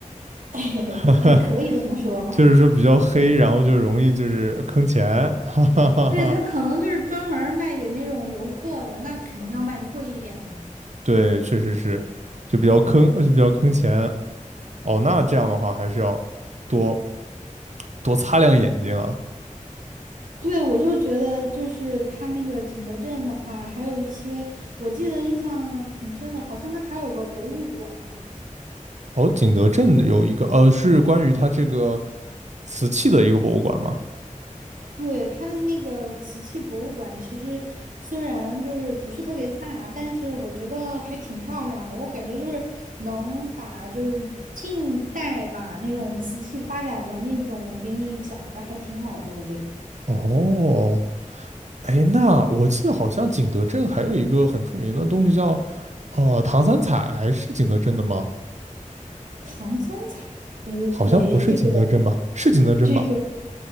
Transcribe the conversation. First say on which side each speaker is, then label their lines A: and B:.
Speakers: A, on the right; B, on the right.
A: <laughs>
B: <laughs>
A: 也可以这么说嘛。
B: 就是说比较黑，然后就容易就是坑钱，<laughs> 哈哈哈哈。
A: 对，他可能就是专门儿卖给那种游客的，那肯定要卖的贵一点的。
B: 对，确实是，就比较坑，呃就比较坑钱。哦，那这样的话还是要多多擦亮眼睛啊。
A: 对，我就觉得就是他那个景德镇的话，还有一些我记得印象挺深的，好像他还有个博物馆。
B: 哦，景德镇有一个，呃，是关于它这个。瓷器的一个博物馆嘛。
A: 对，他的那个瓷器博物馆，其实虽然就是不是特别大，但是我觉得还挺漂亮的。我感觉就是能把就是近代吧那种瓷器发展的那种给你讲的还挺好的，我觉得。
B: 哦，哎，那我记得好像景德镇还有一个很出名的东西叫，呃，唐三彩，是景德镇的吗？
A: 唐三彩，我哎，
B: 好像不是景德镇吧？
A: 这个
B: 是景德镇吧？
A: 这个。